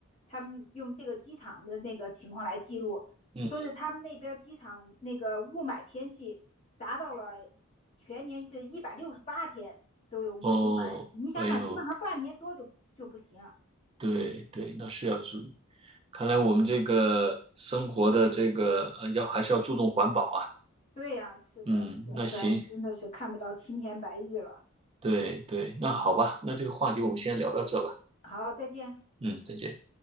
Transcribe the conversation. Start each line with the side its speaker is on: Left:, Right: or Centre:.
Left: 他们用这个机场的那个情况来记录，
Right: 嗯，
Left: 说是他们那边机场那个雾霾天气达到了全年是一百六十八天都有雾雾霾，
Right: 哦，
Left: 你想想，
Right: 哎呦，
Left: 基本上半年多就就不行。
Right: 对对，那是要注意。看来我们这个生活的这个呃，要还是要注重环保啊。
Left: 对呀、啊是的，
Right: 嗯，
Left: 要不然真的是看不到青天白日了。
Right: 那行，对对，那好吧，
Left: 嗯，
Right: 那这个话题我们先聊到这吧。
Left: 好，再见。
Right: 嗯，再见。